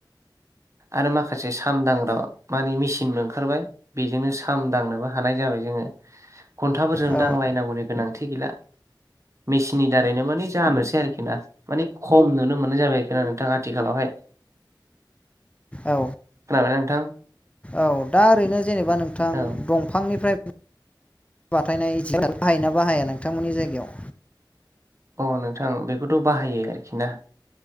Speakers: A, on the right (about 40°); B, on the left (about 15°).
A: आरो माखासे साम दांग्रा माने मेचिनबो ओंखारबाय। बेजोंनो साम दांनोबो हानाय जाबाय जोङो खन्थाफोरजों
B: औ
A: दांलायनांगौनि गोनांथि गैला। मेचिननि दारैनो माने जानोसै आरोखि ना माने खम नुनो मोननाय जाबायखा ना नोंथां आथिखालावहाय।
B: औ
A: खोनाबायना नोंथां
B: औ दा ओरैनो जेनेबा नोंथां
A: औ
B: दंफांनिफ्राय बाथायनाय जि <inaudible> बाहायो ना बाहाया नोंथांमोननि जायगायाव?
A: अ नोंथां बेखौथ' बाहायो आरोखि ना